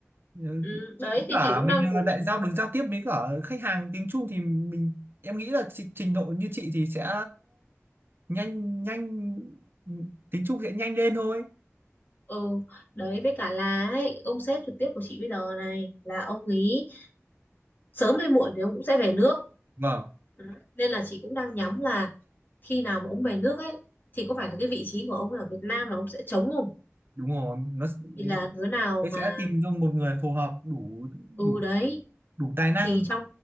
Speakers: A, on the right (about 45°); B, on the left (about 40°).
A: Ừ,
B: ừ, đấy
A: với
B: thì
A: cả
B: chị cũng
A: mình
B: đang cố
A: ờ, lại giao được giao tiếp với cả khách hàng tiếng Trung thì mình em nghĩ là tri- trình độ như chị thì sẽ nhanh nhanh tiếng Trung sẽ nhanh lên thôi
B: ừ, đấy với cả là ấy, ông sếp trực tiếp của chị bây giờ này là ông ấy sớm hay muộn thì ông cũng sẽ về nước
A: vâng
B: ừ. nên là chị cũng đang nhắm là khi nào mà ông về nước ấy thì có phải là cái vị trí của ông ở Việt Nam là ông sẽ trống không
A: đúng rồi nó s-
B: thì là đứa nào
A: đấy
B: mà
A: sẽ tìm cho một người phù hợp đủ
B: ừ
A: đủ
B: đấy
A: đủ tài năng
B: thì trong